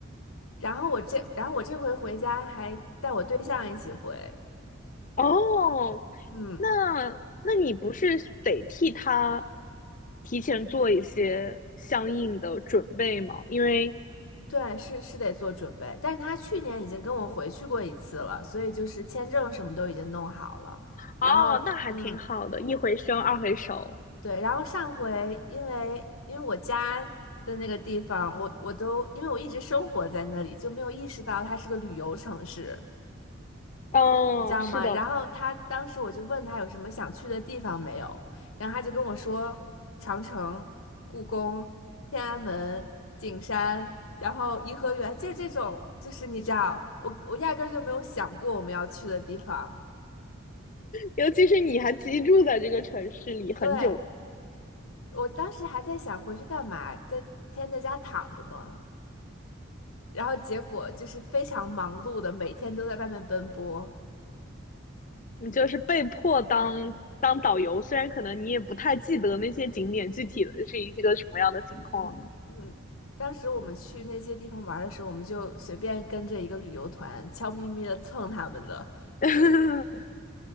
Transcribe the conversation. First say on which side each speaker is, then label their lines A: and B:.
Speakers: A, on the left; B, on the left.
A: 然后我这，然后我这回回家还带我对象一起回，
B: 哦，
A: 嗯，
B: 那那你不是得替他提前做一些相应的准备吗？因为
A: 对，是是得做准备，但是他去年已经跟我回去过一次了，所以就是签证什么都已经弄好了，
B: 哦，
A: 然后，
B: 那还挺好的，
A: 嗯，
B: 一回生二回熟。
A: 对，然后上回因为因为我家的那个地方，我我都因为我一直生活在那里，就没有意识到它是个旅游城市。
B: 哦，
A: 你知道吗？
B: 是的，
A: 然后他当时我就问他有什么想去的地方没有，然后他就跟我说长城、故宫、天安门、景山，然后颐和园，就是这种，就是你知道，我我压根儿就没有想过我们要去的地方。
B: 尤其是你还居住在这个城市里很久
A: 对，我当时还在想回去干嘛，在天天在家躺着嘛，然后结果就是非常忙碌的，每天都在外面奔波。
B: 你就是被迫当当导游，虽然可能你也不太记得那些景点具体的是一个什么样的情况了。
A: 嗯嗯，当时我们去那些地方玩儿的时候，我们就随便跟着一个旅游团，悄咪咪的蹭他们的。
B: <laughs>